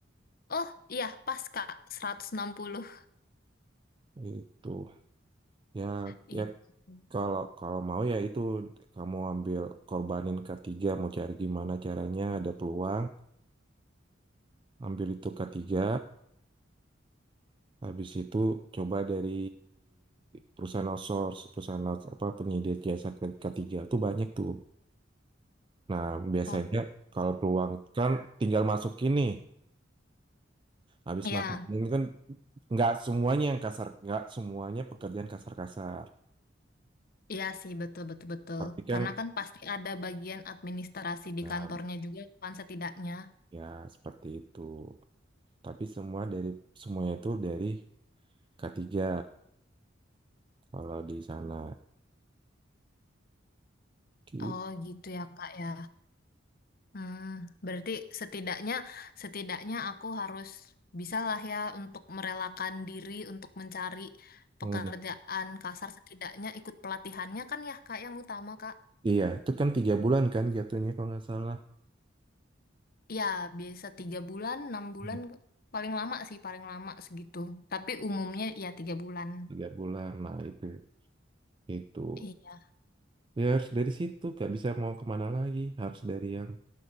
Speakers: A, on the left; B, on the right.
A: Oh iya pas Kak 160
B: Itu ya
A: itu.
B: ya kalau kalau mau ya itu kamu ambil korbanin k tiga mau cari gimana caranya ada peluang ambil itu k tiga habis itu coba dari perusahaan outsource perusahaan outs- apa penyedia jasa ke- K3 itu banyak tuh. Nah, biasanya
A: Oh
B: kalau peluang kan tinggal masukin nih. Habis
A: ya
B: masukin kan nggak semuanya yang kasar, nggak semuanya pekerjaan kasar-kasar.
A: iya sih betul betul betul.
B: Tapi kan
A: Karena kan pasti ada bagian administrasi di
B: nah,
A: kantornya juga kan setidaknya.
B: ya seperti itu. Tapi semua dari semuanya itu dari k tiga kalau di sana gitu.
A: Oh gitu ya Kak ya. Hmm, berarti setidaknya setidaknya aku harus bisalah ya untuk merelakan diri untuk mencari pekerjaan
B: Hmm.
A: kasar setidaknya ikut pelatihannya kan ya Kak yang utama Kak.
B: Iya, itu kan tiga bulan kan jatuhnya kalau nggak salah.
A: Ya, biasa tiga bulan, enam bulan,
B: Hmm.
A: paling lama sih, paling lama segitu. Tapi umumnya ya tiga bulan.
B: Tiga bulan, nah itu itu
A: Iya,
B: ya harus dari situ nggak bisa mau kemana lagi harus dari yang